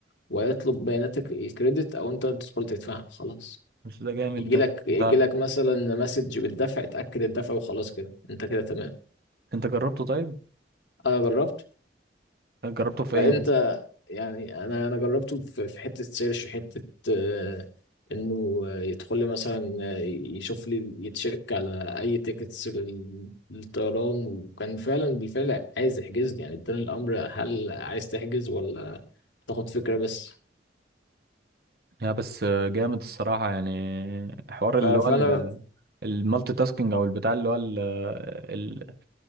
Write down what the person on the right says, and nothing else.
بس ده جامد
ده
انت عب-
انت جربته طيب
جربته في
ايه مثلا
يا بس جامد الصراحة يعني حوار اللي
هو
ال- المالتي تاسكينج او البتاع اللي هو ال ال